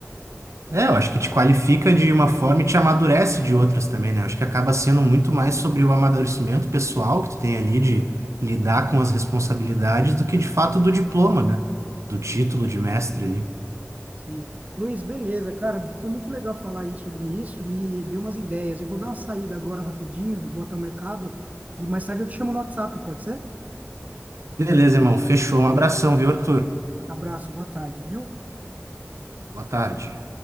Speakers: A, on the right; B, on the right.
A: é, eu acho que te qualifica de uma forma e te amadurece de outras também, né? Eu acho que acaba sendo muito mais sobre o amadurecimento pessoal que tu tem ali de lidar com as responsabilidades do que de fato do diploma, né? Do título
B: Sim,
A: de mestre ali.
B: sim. Luiz, beleza, cara, foi muito legal falar aí sobre isso, me deu umas ideias. Eu vou dar uma saída agora rapidinho, vou até o mercado e mais tarde eu te chamo no WhatsApp, pode ser?
A: Beleza, irmão. Fechou. Um abração, viu, Arthur?
B: Abraço, boa tarde, viu?
A: Boa tarde.